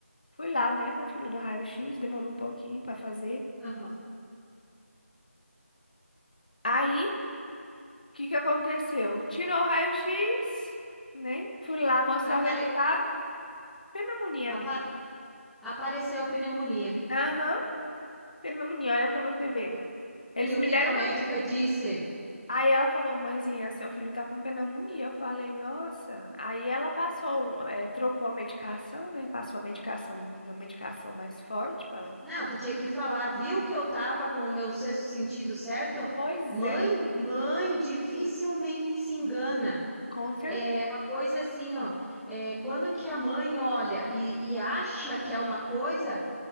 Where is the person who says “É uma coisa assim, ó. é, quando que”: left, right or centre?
Centre